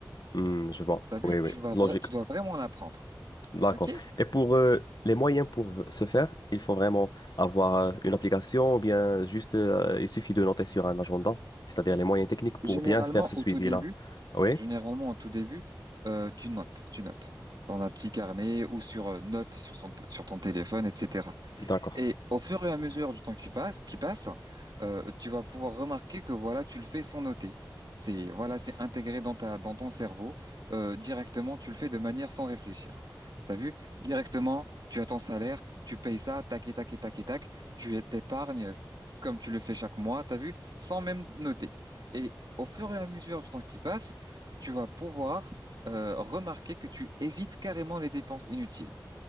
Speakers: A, on the left; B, on the right.
A: Hmm, je vois.
B: T'as vu?
A: Oui, oui,
B: Tu vas
A: logique.
B: vra- tu dois vraiment la prendre.
A: D'accord.
B: OK?
A: Et pour euh, les moyens pour v- se faire, il faut vraiment avoir euh, une application ou bien juste, euh, il suffit de noter sur un agenda, c'est-à-dire les moyens techniques pour
B: Généralement,
A: bien faire ce
B: au
A: suivi-là.
B: tout début,
A: Oui,
B: généralement, au tout début, euh, tu notes, tu notes dans un petit carnet ou sur euh, notes sur son sur ton téléphone, etc.
A: d'accord.
B: Et au fur et à mesure du temps qui passe, qui passe, euh, tu vas pouvoir remarquer que voilà, tu le fais sans noter. C'est voilà, c'est intégré dans ta dans ton cerveau Euh, directement. Tu le fais de manière sans réfléchir. T'as vu? Directement, tu as ton salaire, tu payes ça, tac et tac et tac et tac. Tu t'épargnes comme tu le fais chaque mois. T'as vu? Sans même noter. Et au fur et à mesure du temps qui passe, tu vas pouvoir euh, remarquer que tu évites carrément les dépenses inutiles.